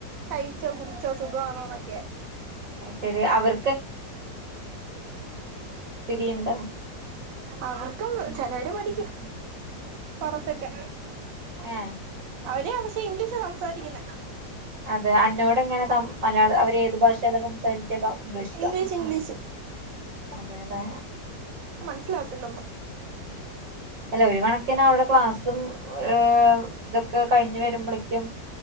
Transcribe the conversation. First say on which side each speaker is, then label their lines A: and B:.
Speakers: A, on the right; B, on the right.
A: കഴിച്ചോ കുടിച്ചോ സുഖണോന്നൊക്കെ
B: ശരി അവർ തിരിയുണ്ടോ
A: അവർക്കും ച പഠിക്കും കൊറച്ചൊക്കെ
B: ഏഹ്
A: അവര് പക്ഷെ ഇംഗ്ലീഷ് സംസാരിക്കുന്നെ ആ
B: അതെ അന്നോട് ങ്ങനെ ത മലയാളം അവര് ഏത് ഭാഷേല സംസാരിക്കാ ത ഇംഗ്ലീഷിലോ
A: ഇംഗ്ലീഷ് ഇംഗ്ലീഷ്
B: അതെ ല്ലേ
A: സ്സിലാവാത്തില്ല ഒന്നും
B: അല്ല ഒരു കണക്കിന് അവിടെ ക്ലാസ്സും ഏ ഇതൊക്കെ കഴിഞ്ഞു വരുമ്പോളേക്കും